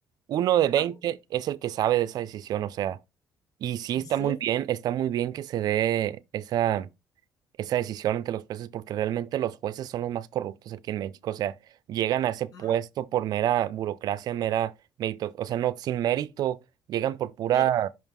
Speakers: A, on the right; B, on the left.
A: uno de
B: Ajá.
A: veinte es el que sabe de esa decisión. O sea. Y sí,
B: ¿En
A: está
B: serio?
A: muy bien, está muy bien que se dé esa, esa decisión entre los jueces, porque realmente los jueces son los más corruptos aquí en México, o sea, llegan a ese puesto
B: Ah,
A: por mera burocracia, mera mérito, o sea, no, sin mérito, llegan por pura,
B: mira,